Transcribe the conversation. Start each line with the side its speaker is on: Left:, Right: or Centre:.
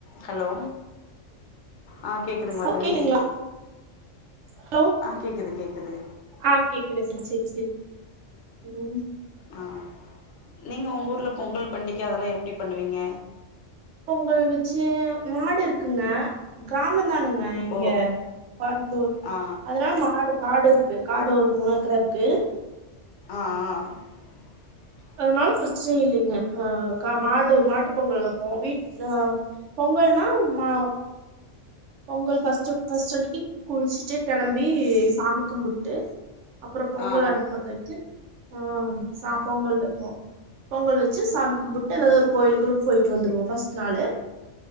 Left: Hello ஆ கேக்குதுங்களா
Right: hello
Left: தோழி
Right: கேக்குதுங்களா ஹலோ
Left: ஆ கேக்குது கேக்குது
Right: ஆ கேக்குதுங் செரி செரி ம்
Left: ஆ நீங்க உங்க ஊர்ல பொங்கல் பண்டிக அதெல்லா எப்டி பண்ணுவீங்க
Right: பொங்கல் வெச்சு மாடு இருக்குங்க கிராம தானுங்க இங்க
Left: ஓ
Right: கோயம்தூர்
Left: ஆ
Right: அதனா மாடு காடு இருக்கு காடு ஒரு மூணு ஏக்கர இருக்கு
Left: ஆ ஆ <inaudible>
Right: அதனால பிரச்சன இல்லைங்க ஆ மாடு மாட்டு பொங்கல் வைப்போ வீட் ஆ பொங்கல்னா மா பொங்கல் ஃபஸ்ட் ஃபஸ்ட் அன்னைக்கு குளிச்சுட்டு கிளம்பி சாமி கும்பு ட்டு அப்றோ பொங்கல்
Left: ஆ
Right: அடுப்பு பத்த வச்சு ஆ சா பொங்கல் வைப்போ பொங்கல் வச்சு சாமி கும்பிட்டு ஏதாவது ஒரு கோயிலுக்கு போயிட்டு வந்துருவோ ஃபஸ்ட் நாலு